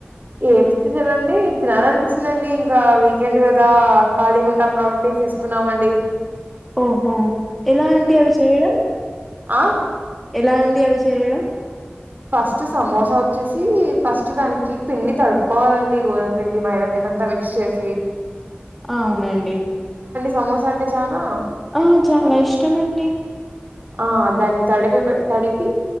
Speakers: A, on the right; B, in the centre.
A: ఏం స్పెషల్ అంటే తినాలనిపించిందండి ఇంకా వీకెండ్ కదా ఖాళీగా ఉంటాం కాబట్టి చేసుకున్నావండి
B: ఓహో ఎలా అండి అవి చేయడం
A: ఆ
B: ఎలా అండి అవి చేయడం
A: ఫస్ట్ సమోసా వచ్చేసి ఫస్ట్ దానికి పిండి తడుపుకోవాలండి గోధుమ పిండి మైదా పిండి అంత మిక్స్ చేసి
B: అవునండి
A: సమోస అంటే చానా
B: ఆ చాలా ఇష్టమండి
A: ఆ దాన్ని తడిపి తడిపి